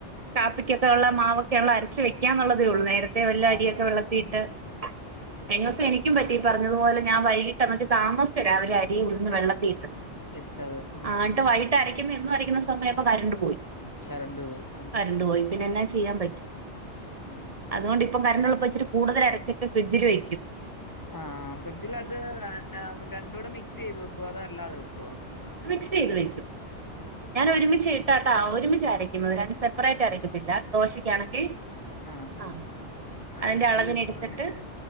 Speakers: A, on the right (about 40°); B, on the left (about 20°).
A: കാപ്പിക്കൊക്കെ ഉള്ള മാവൊക്കൊള്ള അരച്ച് വെക്കാന്നുള്ളതേ ഒള്ളൂ നേര രത്തെ വെല്ലരിയൊക്കെ
B: അതെ
A: വെള്ളത്തിലിട്ട്
B: ഉം
A: കഴിഞ്ഞോസം എനിക്കും പറ്റി ഈ പറഞ്ഞതുപോലെ ഞാൻ വൈകീട്ട് അന്നിട്ട് താമസിച്ച രാവിലെ അരിം ഉഴുന്ന് വെള്ളത്തിലിട്ടത്.
B: ഇട്ടത് ആഹ്
A: ആട്ട്
B: ആഹ്
A: വൈകിട്ടരക്കുന്ന എന്നു അരക്കുന്ന സമയായപ്പൊ കരണ്ട് പോയി.
B: കറണ്ട് പോയി ആഹ്
A: കരണ്ട് പോയി. പിന്നെ എന്നാ ചെയ്യാൻ പറ്റൂ.
B: ഉം
A: അതോണ്ടിപ്പം കറണ്ടുള്ളപ്പം ഇച്ചിരി കൂടുതലരച്ചിട്ട് ഫ്രിഡ്ജിൽ വെയ്ക്കും.
B: ആഹ് ഫ്രിഡ്ജിലത് രണ്ടൂടെ മിക്സ് ചെയ്ത് വെക്കോ അതോ അല്ലാതെ വെക്കോ?
A: മിക്സെയ്ത് വെയ്ക്കും. ഞാനൊരുമിച്ച ട്ടാട്ടാ ഒരുമിച്ച് അരക്കുന്നത്. രണ്ട് സെപ്പറേറ്റ് അരക്കത്തില്ല ദോശക്കാണെങ്കിൽ
B: ആഹ്
A: ആ
B: ആഹ് ആഹ്
A: അതിന്റെ
B: അരീം
A: അളവിന്
B: ഉഴുന്നുടൊന്നിച്ചിടും.
A: എടുത്തിട്ട്